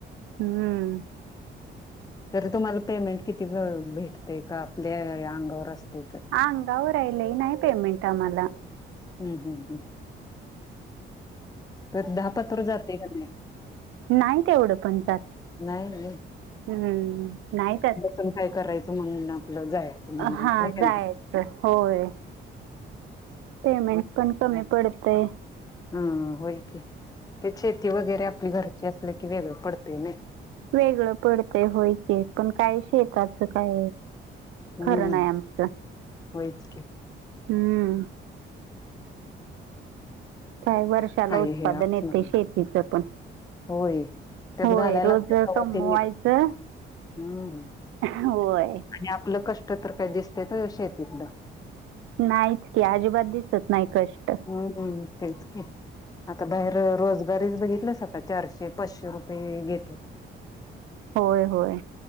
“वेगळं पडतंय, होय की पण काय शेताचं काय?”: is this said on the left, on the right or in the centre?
Right